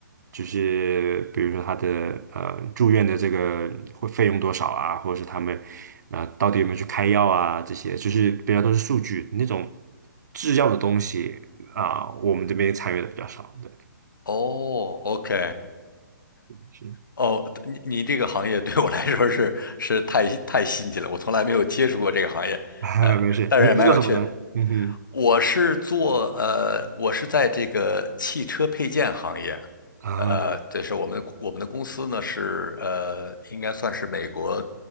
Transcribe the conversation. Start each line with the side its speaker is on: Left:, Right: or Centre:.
Right: 就是比如说他的呃住院的这个会费用多少啊，或者是他们啊、呃到底有没有去开药啊，这些就是比较都是数据那种。制药的东西啊、我们这边参与的比较少。对，
Left: 哦，OK，OK，
Right: 是
Left: 哦，你你这个行业对我来说是是太太新奇了，我从来没有接触过这个行业，
Right: 啊，
Left: 呃，
Right: <laughs> 没事。
Left: 但是也蛮有趣的。
Right: 你是做什么呢？嗯哼，
Left: 我是做呃，我是在这个汽车配件行业，
Right: 啊，
Left: 呃，这是我们我们的公司呢是呃，应该算是美国